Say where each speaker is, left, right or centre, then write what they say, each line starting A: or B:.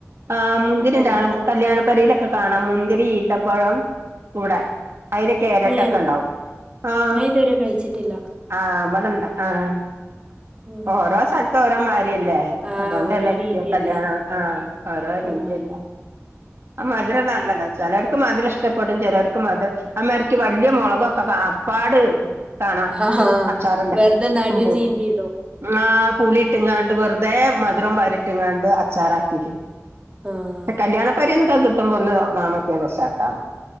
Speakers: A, on the right; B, on the right.
A: ആഹ് മുന്തിരിന്റാള്
B: ആണോ
A: കല്യാണപ്പെരിലൊക്കെ കാണാം മുന്തിരി, ഈത്തപ്പഴം കൂടെ അയ്ല് കേരറ്റൊക്കെണ്ടാവും
B: ഏഹ്
A: ആഹ്
B: ഞാൻ ഇതുവരെ കഴിച്ചിട്ടില്ല
A: ആഹ് ഇവടെണ്ട് ആഹ്
B: ഉം
A: ഓരോ സെൽത്ത് ഓരോ മാരിയെല്ലേ?
B: ആഹ്
A: അതൊണ്ടന്നെരിക്കും
B: ഓരോ രീതിയല്ലേ
A: കല്യാണം ആഹ് ഓരോ രീതിയല്ലെ
B: ആഹ്
A: ആഹ് മധ് രള്ളനല്ലെല്ലെ ചെലർക്ക് മധ്‌രഷ്ട്ടപ്പെടും ചെലർക് മധ് അമാര്ക്ക് വല്യ മൊളകൊക്കെ പ്പാട് കാണാ
B: ആഹാ
A: അച്ചാറണ്ടെ
B: വെറുതെ നടു
A: ഉ
B: ചീന്തിടും
A: ആഹ് പുളിട്ട്ങ്ങാണ്ട് വെറുതെ മധുരം വാരിട്ടിങ്ങാണ്ട് അച്ചാറാക്കിട്ട്
B: ആഹ്
A: കല്യാണപെരേന്നൊക്കെ കിട്ടുമ്പോ ഒന്ന് നാമക്ക്യാ രസാട്ടോ